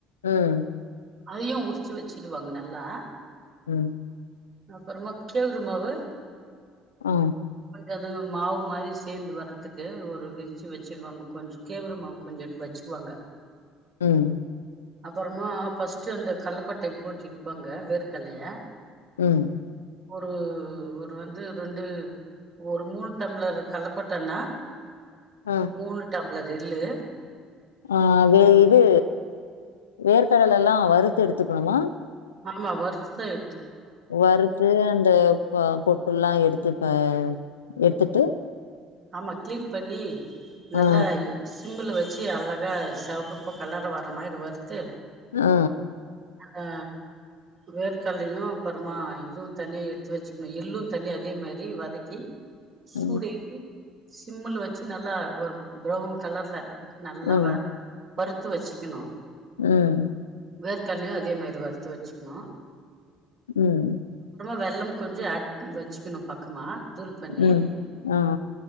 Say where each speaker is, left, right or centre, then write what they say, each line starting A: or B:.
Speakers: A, on the left; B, on the right.
A: உம்
B: அதையும் உரிச்சு வச்சுடுவாங்க நல்லா
A: உம்
B: அப்புறமா கேவரு மாவு
A: ஆ
B: அதுவும் மாவு மாதிரி சேர்ந்து வர்றதுக்கு ஒரு விரிச்சி வச்சிடுவாங்க கொஞ்ச கேவிர மாவு கொஞ்சம் வச்சுக்குவாங்க
A: உம்
B: அப்பறமா ஃபர்ஸ்ட் அந்த கல்லக்கொட்டைய போட்டு இடுப்பாங்க வேர்க்கலைய
A: ம்
B: ஒரு ஒரு வந்து ரெண்டு ஒரு மூணு டம்ளர் கல்லக்கொட்டன்னா
A: ஆ
B: மூணு டம்ளர் எள்ளு
A: ஆ வே இது வேர்க்கடலெல்லா வறுத்து எடுத்துக்கணுமா
B: ஆமா வறுத்துதா எ
A: வறுத்து அந்த ப பொட்டெல்லா எடுத்து ப எடுத்துட்டு
B: ஆமா கிளீன் பண்ணி நல்லா
A: ஆ
B: சிம்ல வெச் ச்சு அழகா செகப்பு கலர் வர்ற மாரி வறுத்து
A: ஆ
B: ஆ வேர்க்கடலையு அப்பறமா இதுவு தனியா எடுத்து வெச்சுக்ணு எள்ளு தனியா அதே மாரி வதக்கி சூடேத்தி
A: ம்
B: சிம்முல வெச்சு நல்லா ஒரு ப்ரவுன் கலர்ல நல்லா
A: ம்
B: வ வறுத்து வெச்சுக்ணு
A: ம்
B: வேர்க்கடலையு அதே மாரி வறுத்து வெச்சுக்ணு
A: ம்
B: வெல்லம் கொஞ்சம் ஆட் வெச்சுக்கணு பக்கமா தூள் பண்ணி
A: ம் ஆ